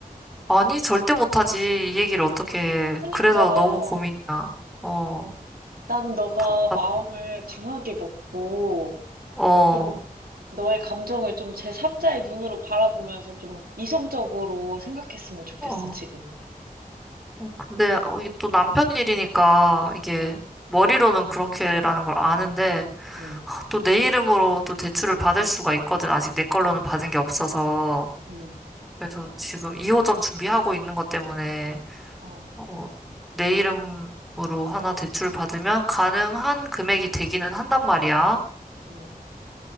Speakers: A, in the centre; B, on the right.
A: 아니, 절대 못하지. 이 얘기를 어떻게 해.
B: 그러니까.
A: 그래서 너무 고민이야. 어,
B: 난 너가
A: 답답,
B: 마음을 강하게 먹고,
A: 어,
B: 좀, 너의 감정을 좀 제삼자의 눈으로 바라보면서 좀 이성적으로 생각했으면 좋겠어,
A: 어.
B: 지금.
A: 어, 근데 어, 이게 또 남편 일이니까 이게 머리로는 그렇게라는 걸 아는데
B: 응,
A: 아, 또내 이름으로 또 대출을 받을 수가 있거든. 아직 내 걸로는 받은 게 없어서.
B: 응,
A: 그래서 지금 2호점 준비하고 있는 것 때문에
B: 어,
A: 어, 내 이름으로 하나 대출 받으면 가능한 금액이 되기는 한단 말이야.
B: 응.